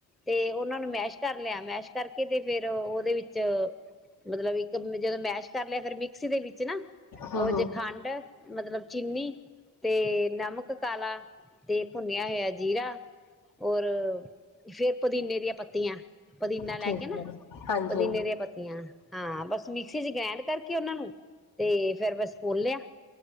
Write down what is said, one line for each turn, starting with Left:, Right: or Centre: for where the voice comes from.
Centre: ਤੇ ਉਹਨਾਂ ਨੂੰ ਮੈਸ਼ ਕਰ ਲਿਆ। ਮੈਸ਼ ਕਰਕੇ ਤੇ ਫੇਰ ਉਹਦੇ ਵਿੱਚ, ਮਤਲਬ ਇੱਕ ਜਦੋਂ ਮੈਸ਼ ਕਰ ਲਿਆ‌ ਫੇਰ ਮਿਕਸੀ ਦੇ ਵਿੱਚ ਨਾ
Left: ਹੂੰ
Centre: ਓਹ
Left: ਹੂੰ
Centre: ਜੇ ਖੰਡ ਮਤਲਬ ਚੀਨੀ ਤੇ ਨਮਕ‌ ਤਲਾ ਤੇ ਭੁੰਨਿਆ ਹੋਇਆ ਜੀਰਾ ਔਰ ਫੇਰ ਪ ਪੁਦੀਨੇ ਦੀਆਂ ਪੱਤੀਆਂ। ਪਦੀਨਾ ਲੈ
Left: ਠੀਕ
Centre: ਕੇ ਨਾ,
Left: ਹੈ ਹਾਂਜੀ
Centre: ਪੁਦੀਨੇ ਦੀਆਂ ਪੱਤੀਆਂ। ਹਾਂ, ਬਸ ਮਿਕਸੀ ਚ ਗ੍ਰੈਂਡ ਕਰਕੇ ਉਹਨਾਂ ਨੂੰ ਤੇ ਫੇਰ ਬਸ, ਖੋਲ ਲਿਆ।